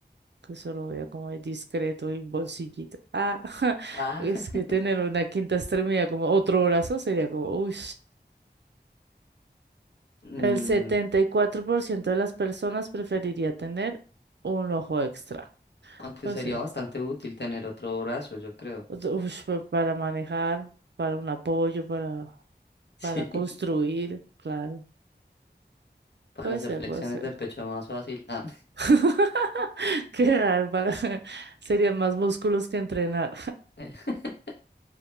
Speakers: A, on the right; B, on the left.
A: que solo vea como es discreto y bolsillito. Ah, <laughs>
B: Ah,
A: es
B: <laughs>
A: que tener una quinta extremidad como otro brazo sería como, uy.
B: mm,
A: El 74% de las personas preferiría tener un ojo extra.
B: aunque
A: Pues
B: sería
A: sí.
B: bastante útil tener otro brazo, yo creo.
A: Otro- ush, pa- para manejar, para un apoyo, para,
B: Sí,
A: para construir,
B: <laughs>
A: claro.
B: para
A: Puede
B: hacer
A: ser,
B: flexiones
A: puede ser.
B: de pecho más fácil. Ah,
A: <laughs> Qué raro, para- <laughs> serían más músculos que entrenar.
B: <laughs>